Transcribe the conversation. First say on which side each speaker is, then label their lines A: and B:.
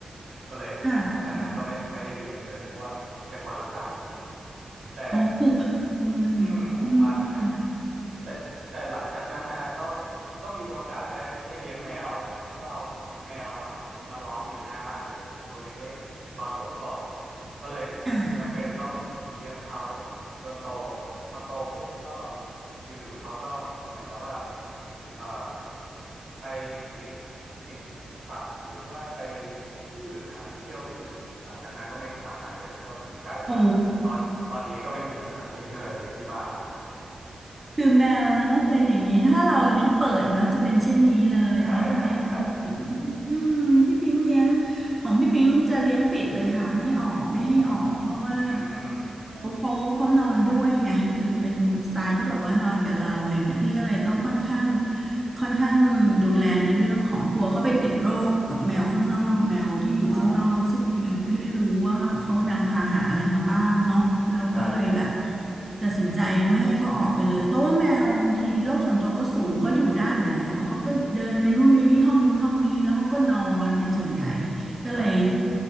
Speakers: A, on the right; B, on the right.
A: ก็เลยหลังจากนั้นก็ไม่ไม่ได้เลี้ยงเลยเพราะว่าเป็นคนรักสัตว์จริงๆแต่
B: ค่ะอ๋อผูกพันเลยอืม
A: อืมผูกพันนะฮะแต่แต่หลังจากนั้นนะฮะก็ก็มีโอกาสได้ได้เลี้ยงแมวก็เอาแมวอ่ะมาร้องอยู่หน้าบ้านเลยตัวเล็กๆตอนฝนตกก็เลย
B: ค่ะ
A: จำเป็นต้องเลี้ยงเขาจนโตพอโตปุ๊บก็อยู่ๆเขาก็เหมือนกับว่าเอ่อไปติดติดสัตว์หรือว่าไปที่อื่นนะครับไปเที่ยวที่อื่นหลังจากนั้นก็ไม่กลับมาเลยก็กลายเป็นว่าตอนตอนนี้ก็ไม่มีสัตว์เลี้ยงอะไรเลยที่บ้านนะครับ
B: โอ้คือแมวเนาะเป็นอย่างนี้ถ้าเราเลี้ยงเปิดเนาะจะเป็นเช่นนี้เลยเนาะถ้าเลี้ยงแบบ
A: <laughs> ใช่ฮะใช่
B: อืมพี่ปิ๊งเลี้ยง ของพี่ปิงจะเลี้ยงปิดเลยค่ะไม่ออกไม่ให้ออกเพราะว่า
A: อืม
B: เขาเขาเขานอนด้วยไงคือเป็นสไตล์ที่แบบว่านอนกับเราอะไรเงี้ยพี่ก็เลยต้องค่อนข้างค่อนข้างดูแลในเรื่องของกลัวเขาไปติดโรคกับแมวข้างนอกแมวที่อยู่ข้างนอกซึ่งเราก็ไม่รู้ว่าเขานำพาหะอะไรมาบ้างเนาะเราก็เลยแบบ
A: อ๋อใช่ฮะ
B: ตัดสินใจไม่ให้เขาออกไปเลยเพราะว่าแมวบางทีโลกส่วนตัวเขาสูงเขาอยู่ได้อยู่แล้วเขาก็เดินไปนู่นไปนี่ห้องนู้นห้องนี้แล้วเขาก็นอนเป็นส่วนใหญ่ ก็เลย
A: ใช่ครับ